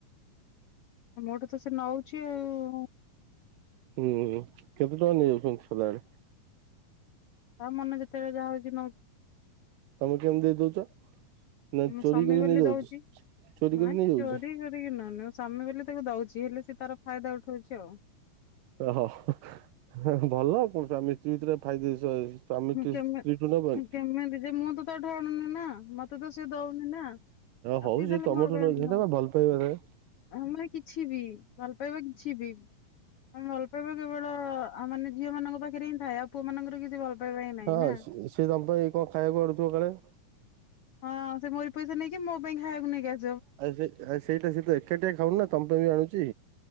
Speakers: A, on the left; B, on the right.
A: ମୋଠୁ ତ ସେ ନଉଛି ଆଉ।
B: ହୁଁ ହୁଁ କେତେ ଟଙ୍କା ନେଇଯାଉଛନ୍ତି ସଦାବେଳେ।
A: ତା ମନ ଯେତେବେଳେ ଯାହା ହଉଛି ନଉଛି।
B: ତମେ କେମତି ଦେଇ ଦଉଛ। ନା
A: ମୁଁ
B: ଚୋରି
A: ସ୍ୱାମୀ
B: କରି
A: ବୋଲି
B: ନେଇଯାଉଛି।
A: ଦଉଛି,
B: ଚୋରି
A: ନାଇଁ
B: କରି ନେଇଯାଉଛି
A: ଚୋରି କରିକି ନଉନି ସ୍ୱାମୀ ବୋଲି ତାକୁ ଦଉଛି ହେଲେ ସେ ତାର ଫାଇଦା ଉଠଉଛି ଆଉ
B: ଓହୋ ଭଲ ଆଉ କଣ ସ୍ୱାମୀ ସ୍ତ୍ରୀ ଭିତରେ <unintelligible> ଯେ ସ୍ଵାମୀ ସ୍ତ୍ରୀ
A: କେମି
B: ଠୁ ନବନୀ
A: କେମିତି ଯେ ମୁଁ ତ ତାଠୁ ଆଣୁନି ନା ମତେ ତ ସିଏ ଦଉନି ନା ଆଉ
B: ହଉ
A: କିଏ
B: ସେ
A: ତାହଲେ
B: ତମଠୁ
A: ମୋର ବ୍ୟାଙ୍କ୍
B: ନଉଛି ସେଟା
A: ନ
B: ବା ଭଲ ପାଇବା ଥାଏ।
A: ଆମର କିଛି ବି ଭଲ ପାଇବା କିଛି ବି। ମାନେ ଭଲ ପାଇବା କେବଳ ଆ ମାନେ ଝିଅମାନଙ୍କ ପାଖରେ ହିଁ ଥାଏ ଆଉ ପୁଅ ମାନଙ୍କର କିଛି ଭଲ ପାଇବା ହିଁ ନାହିଁ
B: ହଁ
A: ନା।
B: ସେ ସେ ତମପାଇଁ କଣ ଖାଇବାକୁ ଆଣୁଥିବ କାଳେ।
A: ହଁ ସେ ମୋରି ପଇସା ନେଇକି ମୋ ପାଇଁ ଖାଇବାକୁ ନେଇି ଆ
B: ଆରେ ସେ ଆରେ ସେଇଟା ସେ ତ ଏକାଟିଆ ଖାଉନି ନା ତମ୍ ପାଇଁ ବି ଆଣୁଛି।